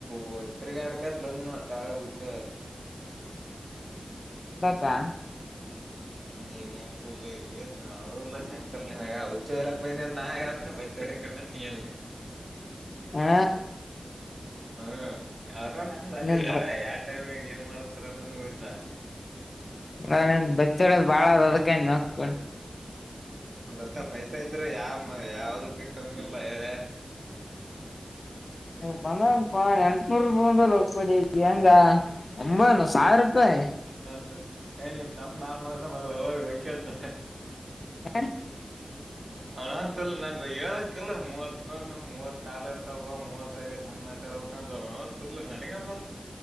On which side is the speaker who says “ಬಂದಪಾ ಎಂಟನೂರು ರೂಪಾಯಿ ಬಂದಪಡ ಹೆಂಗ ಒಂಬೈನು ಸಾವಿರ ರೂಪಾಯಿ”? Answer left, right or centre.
Left